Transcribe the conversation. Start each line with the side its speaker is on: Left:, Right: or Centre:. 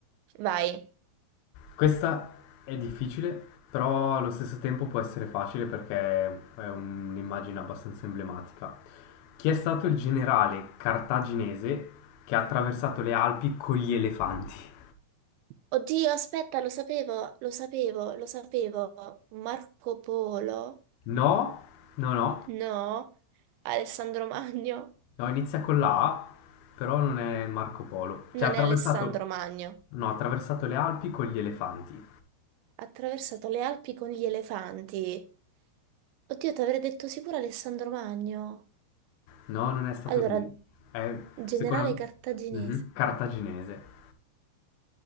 Right: Vai.
Left: Questa è difficile, però allo stesso tempo può essere facile perché è un'immagine abbastanza emblematica. Chi è stato il generale cartaginese che ha attraversato le Alpi con gli elefanti?
Right: Oddio, aspetta, lo sapevo, lo sapevo, lo sapevo. Marco Polo.
Left: No, no, no.
Right: No, Alessandro Magno
Left: No, inizia con la A, però non è Marco Polo. Cioè,
Right: non
Left: ha attraversato...
Right: è Alessandro Magno.
Left: No, ha attraversato le Alpi con gli elefanti.
Right: Ha attraversato le Alpi con gli elefanti. Oddio, ti avrei detto sicuro Alessandro Magno.
Left: No, non è stato
Right: Allora,
Left: lui. È,
Right: generale
Left: secondo me...
Right: cartaginese.
Left: Mhm, Cartaginese.